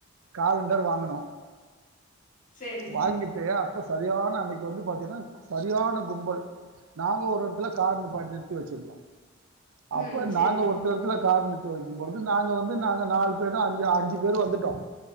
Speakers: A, on the right; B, on the left.
A: காலண்டர் வாங்குணோ
B: சரிங்க
A: வாங்கிட்டு இப்ப சரியான அன்னக்கி வந்து பாத்தீங்கன்னா சரியான கும்பல் நாங்க ஒரு எடத்துல கார் நிப்பா நிறுத்தி வச்சிருந்தோம் அப்ப
B: ம் சரிங்க
A: நாங்க ஒருத்தடத்துல காரணித்து வக்கிம்போது நாங்க வந்து நாங்க நாலு பேரு அஞ்சு அஞ்சி பேரு வந்துட்டோ